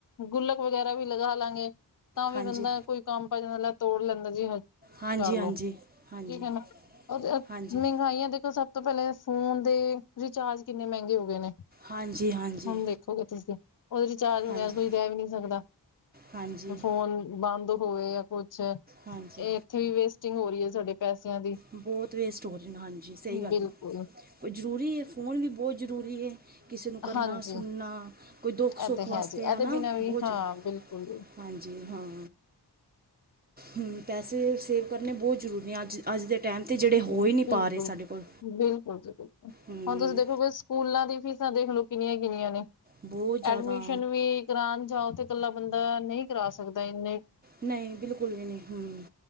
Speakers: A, on the left (about 50°); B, on the right (about 25°).
A: ਗੁੱਲਕ ਵਗੈਰਾ ਵੀ ਲਗਾ ਲਾਂਗੇ, ਤਾਂ ਵੀ
B: ਹਾਂਜੀ
A: ਬੰਦਾ ਕੋਈ ਕੰਮ ਪੈ ਜਾਂਦਾ ਤੋੜ ਲੈਂਦਾ ਜੀ ਹ
B: ਹਾਂਜੀ
A: ਕਰਲੋ
B: ਹਾਂਜੀ ਹਾਂਜੀ
A: ਠੀਕ ਹੈ ਨਾ, ਉਹ
B: ਹਾਂਜੀ
A: ਮਹਿੰਗਾਈਆਂ ਦੇਖੋ ਸਭ ਤੋਂ ਪਹਿਲੇ ਫੋਨ ਦੇ ਰਿਚਾਰਜ ਕਿੰਨੇ ਮਹਿੰਗੇ ਹੋ ਗਏ ਨੇ
B: ਹਾਂਜੀ ਹਾਂਜੀ
A: ਹੁਣ ਦੇਖੋਗੇ ਤੁਸੀਂ, ਉਹਦੇ ਰੀਚਾਰੱਜ ਵਗੈਰਾ
B: ਹਾਂਜੀ
A: ਕੋਈ ਰਹਿ ਵੀ ਨੀ ਸਕਦਾ।
B: ਹਾਂਜੀ
A: ਹੁਣ ਫ਼ੋਨ ਬੰਦ ਹੋਵੇ ਜਾਂ ਕੁਛ
B: ਹਾਂਜੀ।
A: ਉੱਥੇ ਵੀ ਵੇਸਟਿੰਗ ਹੋ ਰਹੀ ਏ, ਸਾਡੇ ਪੈਸਿਆਂ ਦੀ।
B: ਬਹੁਤ ਵੇਸਟ ਹੋ ਰੇ ਨੇ ਹਾਂਜੀ। ਸਹੀ
A: ਬਿਲਕੁਲ
B: ਗੱਲ ਐ। ਉਹ ਜ਼ਰੂਰੀ ਏ, ਫ਼ੋਨ ਵੀ ਬਹੁਤ ਜ਼ਰੂਰੀ ਏ। ਕਿਸੇ ਨੂੰ ਕਰਨਾ,
A: ਹਾਂਜੀ
B: ਸੁਣਨਾ, ਕੋਈ ਦੁੱਖ-ਸੁੱਖ
A: ਇਹ ਤੇ
B: ਵਾਸਤੇ
A: ਹੈ ਜੀ ਇਹਦੇ
B: ਹਨਾ।
A: ਬਿਨਾਂ ਵੀ
B: ਬੋਤ
A: ਹਾਂ
B: ਜਰ
A: ਬਿਲਕੁਲ
B: ਹਾਂਜੀ, ਹਾਂ। ਹੂੰ, ਪੈਸੇ ਸੇਵ ਕਰਨੇ ਬਹੁਤ ਜ਼ਰੂਰੀ ਨੇ। ਅੱਜ ਅੱਜ ਦੇ ਟੈਂਮ ਤੇ ਜਿਹੜੇ ਹੋ
A: ਹ
B: ਹੀ ਨਹੀਂ ਪਾ
A: ਬਿਲਕੁਲ-ਬਿਲਕੁਲ
B: ਰਹੇ ਸਾਡੇ ਕੋਲ
A: ਜੀ, ਬਿਲਕੁਲ।
B: ਹਮ,
A: ਹੁਣ ਤੁਸੀਂ ਦੇਖੋ ਬ ਸਕੂਲਾਂ ਦੀ ਫੀਸਾਂ ਦੇਖਲੋ ਕਿੰਨੀਆਂ-ਕਿੰਨੀਆਂ ਨੇ।
B: ਬਹੁਤ ਜ਼ਿਆਦਾ
A: ਐਡਮਿਸ਼ਨ ਵੀ ਕਰਾਣ ਜਾਓ ਤੇ ਇਕੱਲਾ ਬੰਦਾ ਨਹੀਂ ਕਰਾ ਸਕਦਾ। ਇੰਨੇ
B: ਨਹੀਂ ਬਿਲਕੁਲ ਵੀ ਨਹੀਂ, ਹੂ